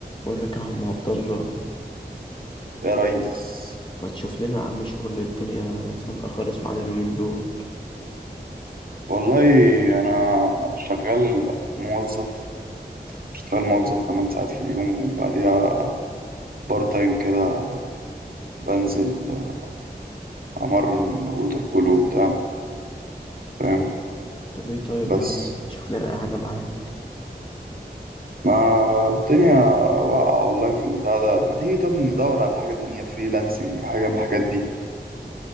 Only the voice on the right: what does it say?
يا ريس
والله أنا شغال موظف بشتغل موظف 8 ساعات في اليوم وبعديها بارت تايم كده بنزل آه، أمرن ووتر بولو وبتاع فاهم
بس
ما الدنيا واقعة والله في البتاع ده ما تيجي طب ندور على حاجة تانية فريلانسنج حاجة من الحاجات دي